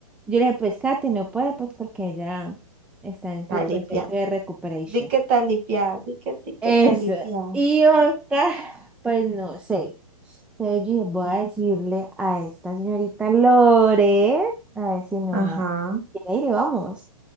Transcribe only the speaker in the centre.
Yo le dije, pues Kate no puede, pues porque ella está en
su proceso de recuperación.
Eso.
Y Oscar, pues no sé. Entonces yo dije, voy a decirle a esta señorita Lore, a ver si nos
a- quiere ir y vamos.